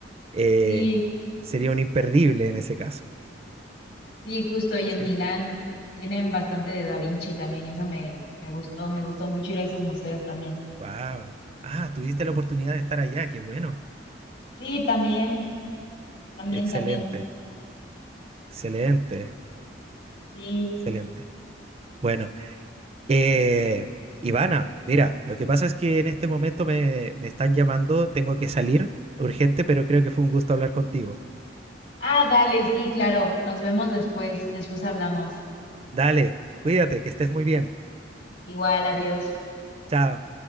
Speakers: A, on the right; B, on the left.
A: eh,
B: Sí,
A: sería un imperdible en ese caso.
B: sí, justo. Y
A: Sí.
B: en Milán tienen bastante de Da Vinci también. Y eso me, me gustó, me gustó mucho ir a esos museos también.
A: Wow. Ah, tuviste la oportunidad de estar allá, qué bueno.
B: Sí, también, también,
A: Excelente,
B: también.
A: excelente,
B: Sí.
A: excelente. Bueno, Eh, Ivana, mira, lo que pasa es que en este momento me, me están llamando, tengo que salir urgente, pero creo que fue un gusto hablar contigo.
B: Ah, dale, sí, claro. Nos vemos después, después hablamos.
A: Dale, cuídate, que estés muy bien.
B: Igual, adiós.
A: Chao.